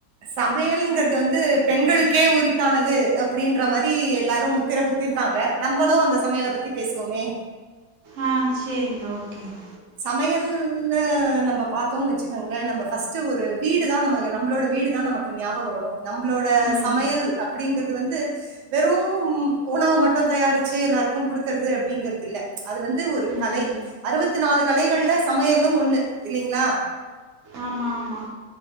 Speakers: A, on the right; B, on the right.
A: சமையல்ங்கிறது வந்து பெண்களுக்கே உரித்தானது அப்படின்ற மாதிரி எல்லாரும் முத்திர குத்திருக்காங்க நம்மளும் அந்த சமையல பத்தி பேசுவோமே
B: ஆஹ் செரிங்க ஓகேங்க
A: சமையல் னு நம்ம பார்த்தோம்ன்னு வச்சுக்கோங்களேன் நம்மபர்ஸ்ட்ட் ஒரு வீடு தான் ந நம்மளோட வீடு தான் நமக்கு ஞாபகம் வரும் நம்மளோட
B: ம்
A: சமையல் அப்படிங்கறிறது வந்து வெறும் உணவு மட்டும் தயாரிச்சு எல்லாருக்கும் கொடுக்கறது அப்படிங்கிறது இல்ல அது வந்து ஒரு
B: ம்
A: கலை அறுவத் நாலு கலைகள்ல சமையலும் ஒண்ணு இல்லலைங்களா
B: ஆமா ஆமமா